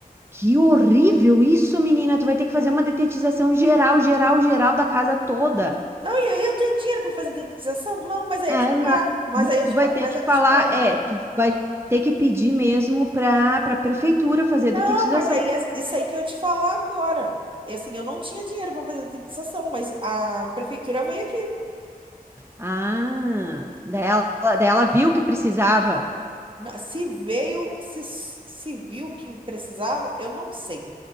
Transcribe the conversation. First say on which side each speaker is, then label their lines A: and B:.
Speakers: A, on the right; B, on the right.
A: que horrível isso, menina. Tu vai ter que fazer uma detetização geral, geral, geral da casa toda.
B: Não, e aí eu tenho dinheiro para fazer dedetização? Não, mas aí
A: Ah,
B: é que tá.
A: ma-
B: Mas
A: mas
B: aí eu
A: tu
B: te,
A: vai
B: fa-
A: ter
B: mas
A: que
B: é que
A: falar,
B: eu te falo.
A: é, tu vai ter que pedir mesmo para para a prefeitura fazer a
B: Não,
A: detetização.
B: mas aí é isso aí que eu te falar agora. E assim, eu não tinha dinheiro para fazer dedetização, mas a prefeitura veio aqui.
A: Ah, daí ela, daí ela viu que precisava.
B: Na- Se veio, se, se viu que precisava, eu não sei.